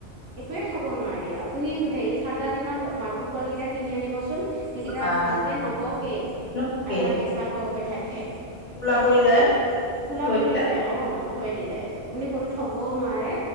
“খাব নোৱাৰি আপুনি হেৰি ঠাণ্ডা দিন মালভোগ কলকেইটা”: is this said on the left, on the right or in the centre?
Right